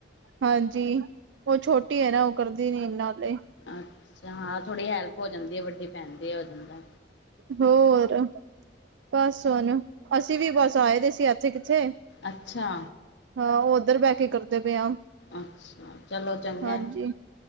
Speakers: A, on the right (about 80°); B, on the left (about 75°).
A: ਹਾਂਜੀ, ਓ ਛੋਟੀ ਏ ਨਾ, ਓ ਕਰਦੀ ਨੀ ਨਾਲੇ।
B: ਅੱਛਾ, ਹਾਂ ਥੋੜੀ ਹੈਲਪ ਹੋ ਜਾਂਦੀ ਏ, ਵੱਡੀ ਭੈਣ ਜੇ, ਏ ਹੋ ਜਾਂਦੈ।
A: ਹੋਰ, ਬਸ ਹੁਣ ਅਸੀ ਵੀ ਬਸ ਆਏਦੇ ਸੀ, ਐੱਥੇ-ਕਿੱਥੇ
B: ਅੱਛਾ!
A: ਹਾਂ, ਓਧਰ ਬੈ ਕੇ ਕਰਦੇ ਪਏ ਆਂ,
B: ਅੱਛਾ ਚਲੋ ਚੰਗਾ
A: ਹਾਂਜੀ।